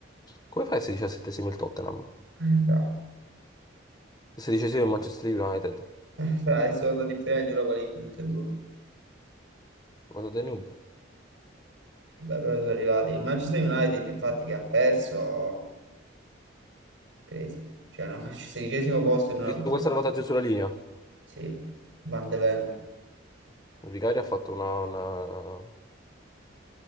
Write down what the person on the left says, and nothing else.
Come fai a essere diciassettesimo il Tottenham?
Sedicesimo il Manchester United.
Ma sono dei noob.
Visto
quel salvataggio sulla linea. Il
Vicario ha fatto una, una,